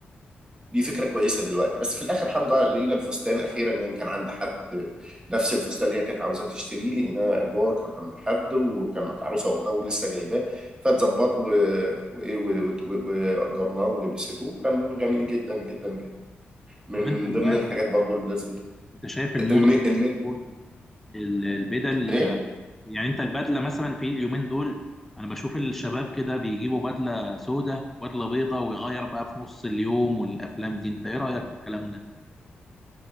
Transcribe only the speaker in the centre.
طب انت البدله
انت شايف الموضه
دي
بتكون ال- البدل
يعني انت البدله مثلا في اليومين دول انا بشوف الشباب كده بيجيبوا بدله سوداء وبدله بيضاء ويغير بقى في نص اليوم والافلام دي انت ايه رايك في الكلام ده؟